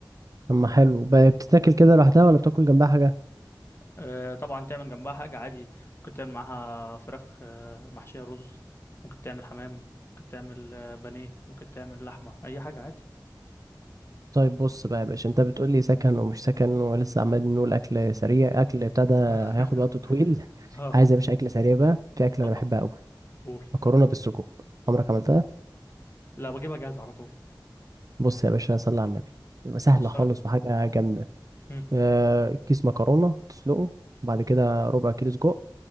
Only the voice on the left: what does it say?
آه، طبعا تعمل جنبها حاجة عادي ممكن تعمل معاها فراخ آه، محشية رز ممكن تعمل حمام ممكن تعمل آه، بانيه ممكن تعمل لحمة أي حاجة عادي
<laughs>
اه
اه
قول
لا بجيبها جاهزة على طول
والسلام
مم،